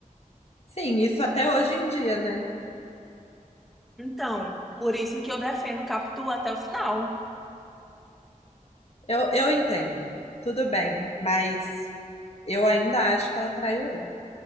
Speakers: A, on the left; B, in the centre.
A: Sim, isso até hoje em dia, né?
B: Então, por isso que eu defendo Capitu até o final.
A: Eu, eu entendo, tudo bem, mas eu ainda acho que ela traiu ele.